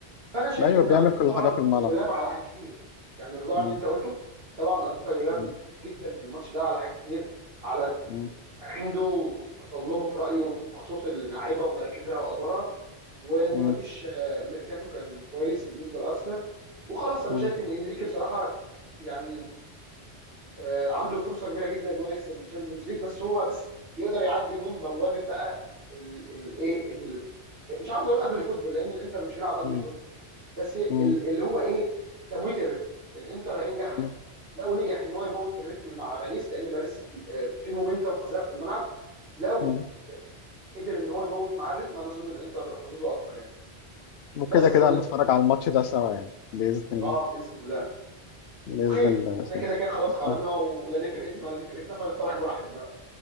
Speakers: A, on the right (about 60°); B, on the left (about 70°).
A: فانا شايف
B: ايوه
A: ان
B: بيعمل
A: ارتيتا
B: كل
A: طبعا
B: حاجه في الملعب
A: يلام على حاجات كتير يعني رجوعا
B: مم.
A: اللي انت قلته طبعا ارتيتا يلام
B: مم.
A: جدا في الماتش ده على حاجات كتير على
B: مم.
A: عنده تصلبه في رايه بخصوص اللعيبه ومراكزها وادوارها وان
B: مم.
A: مفيش آه، ميركاتو كان كويس بالنسبه لارسنال وخلاص انا
B: مم.
A: شايف ان انريكي بصراحه يعني آه، عنده فرصه كبيره جدا ان هو يكسب الشامبيونز ليج بس هو بس يقدر يعدي من بوابه بقى الايه مش عاوز اقول اجلي فوتبول لان الانتر مش بيلعب اجلي
B: مم.
A: فوتبول بس ال-
B: مم.
A: اللي هو ايه تمويت الريتم الانتر هينجح
B: ايوه
A: لو نجح ان هو يموت الريتم مع باريس لان باريس آه، في مومنتم فظيع في الملعب لو
B: مم.
A: قدر ان هو يموت مع الريتم انا اظن الانتر حظوظه اكتر يعني
B: وكده
A: بس يا
B: كده
A: صديقي
B: هنتفرج على الماتش ده سوا يعني باذن الله
A: اه باذن الله
B: باذن
A: وخير
B: الله
A: احنا
B: يا صاحبي.
A: كده كده خلاص خرجنا
B: اه
A: ولا دي فرقتنا ولا دي فرقتنا فنتفرج براحتنا بقى